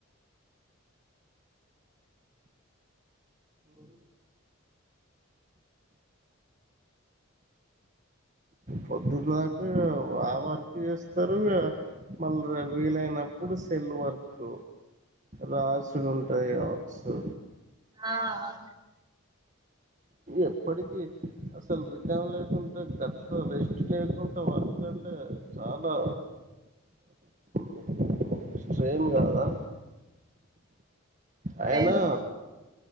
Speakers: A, on the right; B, on the right.
A: హ
B: పొద్దుదాకా ఆ వర్క్ చేస్ తరు మళ్ళ వీలైనప్పుడు సెల్ వర్క్ రాసులు ఉంటాయి కావచ్చు
A: ఆ ఆమె
B: ఎప్పటికీ అసలు రికామ్ లేకుంట గట్ల రెస్ట్ లేకుంట వర్క్ అంటే చాలా మీకు స్ట్రైన్ కాదా అయినా
A: లేదు